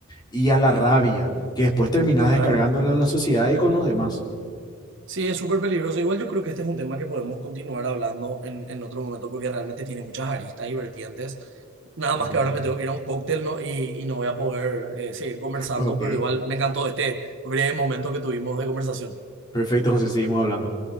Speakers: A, on the left (about 20°); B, on the right (about 60°).
A: y a la rabia, que después terminas
B: claro.
A: descargándolo en la sociedad y con los demás
B: Sí, es súper peligroso. Igual yo creo que este es un tema que podemos continuar hablando en, en otro momento porque realmente tiene muchas aristas y vertientes. Nada
A: completamente.
B: más que ahora me tengo que ir a un cóctel, ¿no? Y, y no voy a poder eh, seguir conversando,
A: Ok.
B: pero igual me encantó este breve momento que tuvimos de conversación.
A: Perfecto, José, seguimos hablando.